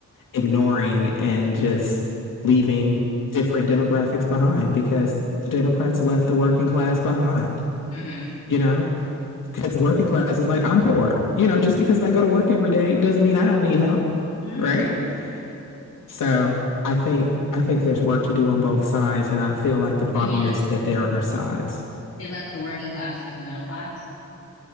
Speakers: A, on the left; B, on the left.
A: ignoring and just leaving different demographics behind because the Democrats left the working class behind
B: Mm-hmm.
A: you know, because working class is like, I'm poor. You know, just because I go to work every day doesn't mean I don't need help,
B: Mm-hmm.
A: right? So I think I think there's work to do on both sides, and I feel like the problem
B: You mean that
A: is that there are sides.
B: they left the working class for the middle class?